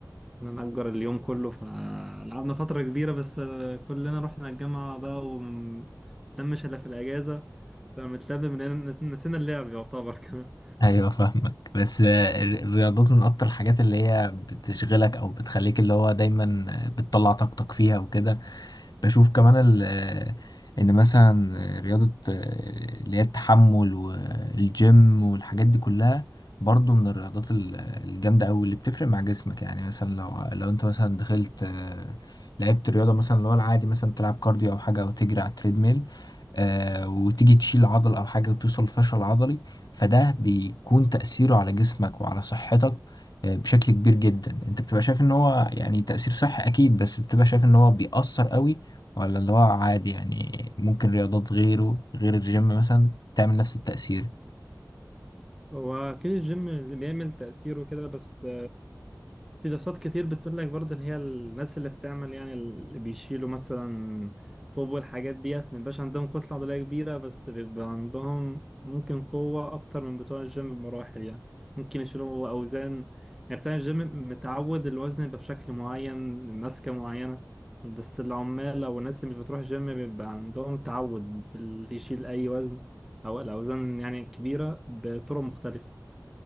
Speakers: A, in the centre; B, on the left.
A: كنا نأجر اليوم كله فلعبنا فترة كبيرة بس آه، كلنا رحنا الجامعة بقى ومتلمش إلا في الأجازة فلما اتلم من نسينا اللعب يعتبر <laughs> كمان
B: <laughs> ايوه فاهمك بس آه، ال- الرياضات من اكتر الحاجات اللي هي بتشغلك او بتخليك اللي هو دايما آه، بتطلع طاقتك فيها وكده بشوف كمان ال- آه، ان مثلا رياضه آه، اللي هي التحمل والجيم والحاجات دي كلها برضو من الرياضات ال- الجامده قوي اللي بتفرق مع جسمك يعني مثلا لو لو انت مثلا دخلت آه، لعبت رياضه مثلا اللي هو العادي مثلا تلعب كارديو او حاجه او تجري على التريدميل آه، وتيجي تشيل عضل او حاجه وتوصل لفشل عضلي فده بيكون تاثيره على جسمك وعلى صحتك آه، بشكل كبير جدا انت بتبقى شايف ان هو يعني تاثير صحي اكيد بس بتبقى شايف ان هو بيأثر قوي ولا اللي هو عادي يعني ممكن رياضات غيره غير الجيم مثلا تعمل نفس التأثير
A: هو أكيد الجيم اللي بيعمل تأثيره كده بس في دراسات كتير بتقول لك برضه اللي هي الناس اللي بتعمل يعني اللي بيشيلوا مثلا طوب والحاجات ديت مبيبقاش عندهم كتلة عضلية كبيرة بس بيبقى عندهم ممكن قوة أكتر من بتوع الجيم بمراحل يعني ممكن يشيلوا أوزان يعني بتاع الجيم متعود الوزن يبقى بشكل معين ماسكة معينة بس العمال أو الناس اللي مش بتروح جيم بيبقى عندهم تعود في اللي يشيل أي وزن أو الأوزان يعني كبيرة بطرق مختلفة